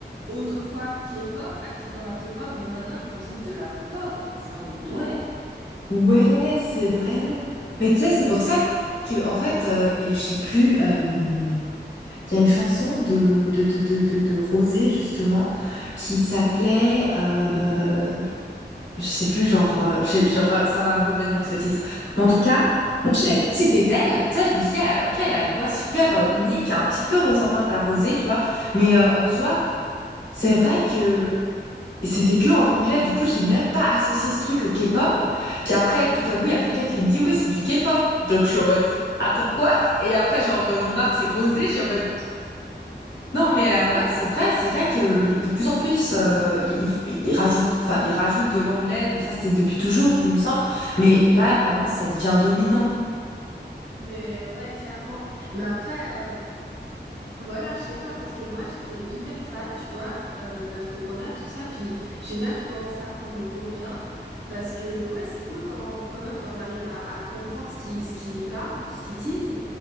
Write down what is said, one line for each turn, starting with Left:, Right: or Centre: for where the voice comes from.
Right: autrefois K-pop, actif dans la K-pop, mais maintenant ils font juste de la pop. Ils font, ouais.
Left: Ouais, c'est vrai. Mais tu sais, c'est pour ça que en fait, euh, et je sais plus. euh, Il y a une chanson de de de de de, de Rosé justement qui s'appelait. euh, je sais plus, genre, euh, je- je re- ça va me revenir ce titre. Mais en tout cas, moi, je savais pas que c'était d'elle. Tu sais, je me suis dit, ah, ok, elle a une voix super euh, unique, un petit peu ressemblante à Rosé, tu vois. Mais euh, en soi, c'est vrai que c'était que en anglais. Du coup, j'ai même pas associé ce truc au K-pop. Puis après, tout à coup, il y a quelqu'un qui me dit, ouais c'est du K-pop. Donc, je suis en mode, attends quoi? Et après, genre, euh, je remarque, c'est Rosé. Je suis en mode, non, mais euh, ouais, c'est vrai, c'est vrai que y- de plus en plus, euh, ils ils- ils rajoutent, enfin, ils rajoutent de l'anglais, mais ça, c'était depuis toujours, il me semble. Mais là, vraiment, ça devient dominant.
Right: Mais ouais, clairement. Mais après. euh, Voilà, je sais pas, parce que moi j'étais hyper fan, tu vois, euh, vers Corona, tout ça, puis j'ai même commencé à apprendre le coréen, parce que ouais, c'est cool comment, quand même quand t'arrives à, à comprendre ce qu'ils ce qu'ils parlent, ce qu'ils disent,